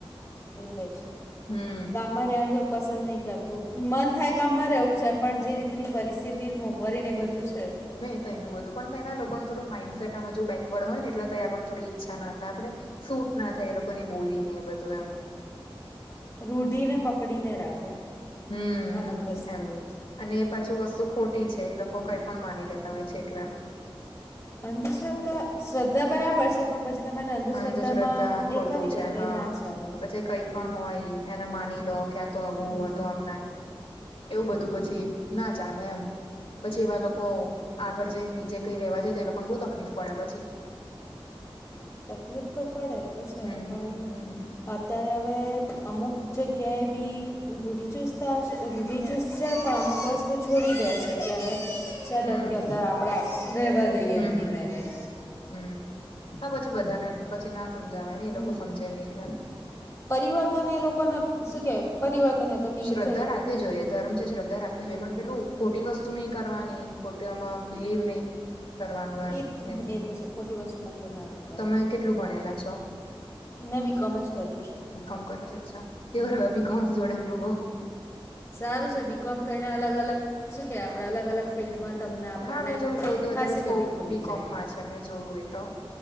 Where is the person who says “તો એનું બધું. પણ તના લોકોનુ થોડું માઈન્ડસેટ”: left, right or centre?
Left